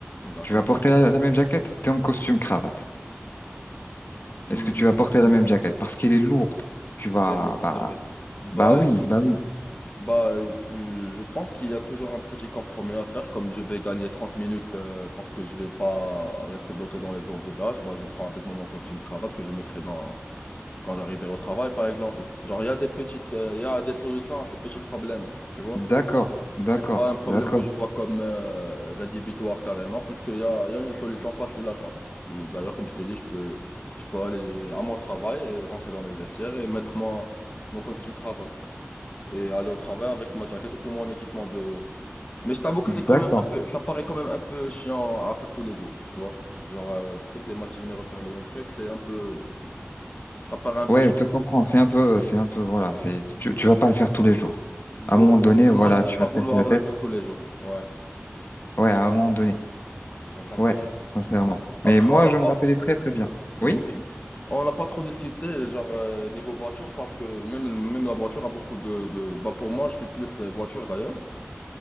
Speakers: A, on the left; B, on the left.
A: D'accord.
B: Tu vas porter la, la même jaquette? T'es en costume cravate.
A: Mm,
B: Est-ce que tu
A: mm,
B: vas porter la même jaquette?
A: mm,
B: Parce qu'elle est lourde. Tu vas,
A: Elle est lourde,
B: bah,
A: c'est vrai. Bah
B: bah oui,
A: écoute,
B: bah oui.
A: bah tu, je pense qu'il y a toujours un petit compromis à faire. Comme je vais gagner 30 minutes euh, parce que je vais pas rester bloqué dans les embouteillages, bah je prends avec moi mon costume de cravate que je mettrai dans quand j'arriverai au travail par exemple. Genre il y a des petites, euh, il y a des solutions à ces petits problèmes, tu vois?
B: D'accord, d'accord,
A: C'est pas un problème
B: d'accord,
A: que je vois comme euh, rédhibitoire carrément, puisqu'il y a, il y a une solution facile à ça. Euh, D'ailleurs, comme je t'ai dit, je peux, je peux aller à mon travail et rentrer dans les vestiaires et mettre mon, mon costume cravate. Et aller au travail avec ma jaquette et tout mon équipement de. Mais je t'avoue que
B: d'accord.
A: c'est quand même un peu, ça paraît quand même un peu chiant à faire tous les jours, tu vois. Genre, euh, toutes les matinées refaire le même truc, c'est un peu. Ça paraît un peu
B: Ouais,
A: chiant.
B: je te comprends. C'est un peu, c'est un peu, voilà. C'est, tu, tu vas pas le faire tous les jours. À
A: Vo-
B: un moment donné,
A: Ou du
B: voilà,
A: moins, je vais
B: tu
A: pas
B: vas
A: vouloir
B: te casser la tête.
A: le faire tous les jours. Ouais,
B: Ouais, à un moment donné.
A: exactement.
B: Ouais, sincèrement.
A: Après,
B: Mais moi,
A: on n'a
B: je me
A: pas.
B: rappelais très, très bien.
A: Oui.
B: Oui?
A: On n'a pas trop discuté, genre, euh, niveau voiture, parce que même, même la voiture a beaucoup de, de- Bah, pour moi, je suis plus euh, voiture d'ailleurs.